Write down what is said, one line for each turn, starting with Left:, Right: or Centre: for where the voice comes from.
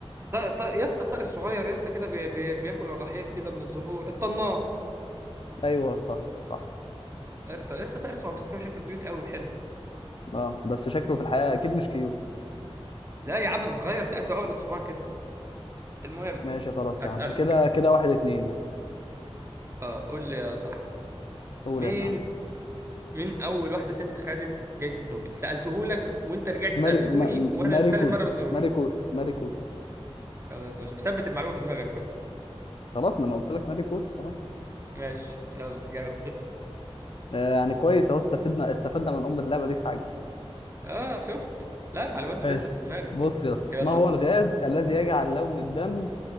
Right: ط... ط... يا اسطى طائر صغير يا اسطى كده بي... بي... بياكل الرحيق كده من الزهور الطنان
Left: ايوه صح صح
Right: طائر طائر- يا اسطى طائر صغنطط كده شكله كيوت قوي وحلو
Left: اه بس شكله في الحقيقه اكيد مش كيو
Right: لا يا عبد صغير ده قد عقلة صباع كده المهم
Left: ماشي خلاص
Right: اسالك
Left: يا عم كده كده واحد اتنين يعني
Right: اه قول لي يا صاحبي
Left: قول
Right: مين
Left: يا ابن عم
Right: مين اول واحده ست خدت جائزه نوبل سالتهولك وانت رجعت سالتهوني
Left: ماري ما...
Right: وانا
Left: ماري
Right: التالت
Left: كوري
Right: مره بسالهولك
Left: ماري كوري ماري كوري
Right: خلاص ماشي بثبت المعلومه في دماغك بس
Left: خلاص ما انا قلت لك ماري كوري خلاص
Right: ماشي يلا جاوب اسأل
Left: آه يعني كويس اهو استفدنا استفدنا من ام اللعبه دي في حاجه
Right: اه شفت لا المعلومات بتثبت
Left: ماشي
Right: في دماغك
Left: بص يا اسطى
Right: يلا
Left: ما هو
Right: اسأل
Left: الغاز الذي يجعل لون الدم